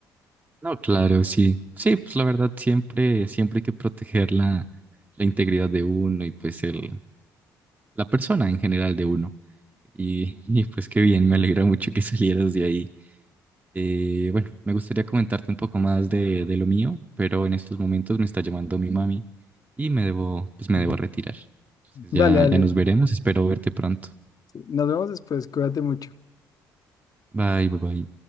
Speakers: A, on the right (about 20°); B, on the left (about 45°).
A: No, claro, sí. Sí, pues la verdad siempre, siempre hay que proteger la, la integridad de uno y pues el, la persona en general de uno. Y, y, pues qué bien, me alegra mucho que <laughs> salieras de ahí. Eh, bueno, me gustaría comentarte un poco más de, de lo mío, pero en estos momentos me está llamando mi mami y me debo, pues me
B: Ujú.
A: debo retirar. Entonces
B: Dale,
A: ya,
B: dale.
A: ya nos veremos, espero verte pronto.
B: Nos vemos después. Cuídate mucho.
A: Bye, bye, bye.